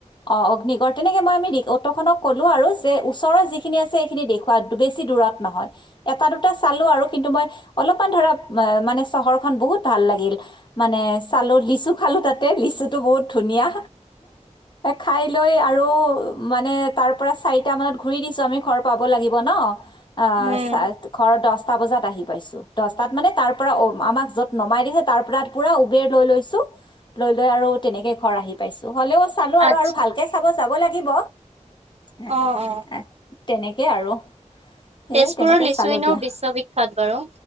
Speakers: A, on the left (about 40°); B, on the right (about 55°).
A: অ', অগ্নিগড় তেনেকে মই আমি দেখি অটো খনক ক'লো আৰু যে ওচৰৰত যিখিনি আছে, সেইখিনি দেখুৱা বেছি দূৰত নহয়। এটা দুটা চালো আৰু কিন্তু মই অলপমান ধৰা মানে চহৰখন বহুত ভাল লাগিল। মানে চালো লিচু খালো তাতে লিচুটো বহুত ধুনীয়া খাই লৈ আৰু মানে তাৰ পৰা চাৰিটা মানত ঘূৰি দিছো, আমি ঘৰ পাব লাগিব ন। অ',
B: উম
A: চাৰি ঘৰ দছটা বজাত আহি পাইছো। দছটাত মানে তাৰ পৰা আমাক যত নমাই দিছে, তাৰ পৰা পুৰা উবেৰ লৈ লৈছো লৈ লৈ আৰু তেনেকে ঘৰ আহি পাইছো। হ'লেও চালো আৰু
B: আচ্ছা
A: ভালকে চাব যাব লাগিব। <unintelligible>
B: অ অ
A: তেনেকেই আৰু সেই
B: তেজপুৰৰ
A: তেনেকে
B: লিচু
A: চালো
B: চুইনৰ
A: দিয়া
B: বিশ্ববিখ্যাত বাৰু